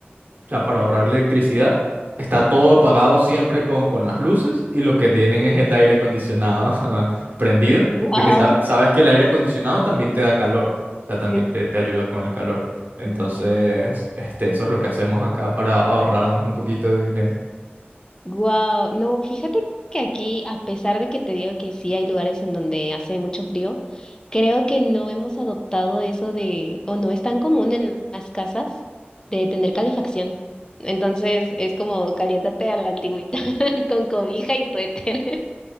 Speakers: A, on the right; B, on the left.
A: o sea, para ahorrar electricidad, está todo apagado siempre con, con las luces y lo que tienen es el aire acondicionado <laughs> prendido,
B: Wow,
A: porque sab- sabes que el aire acondicionado también te da calor, o sea, también
B: sí.
A: te, te ayuda con el calor. Entonces, este, eso es lo que hacemos acá para ahorrarnos un poquito de dinero. <laughs>
B: Wow. No, fíjate que aquí, a pesar de que te digo que sí hay lugares en donde hace mucho frío, creo que no hemos adoptado eso de, o no es tan común en las casas de tener calefacción. Entonces es como caliéntate a la antigüita <laughs> con cobija y suéter.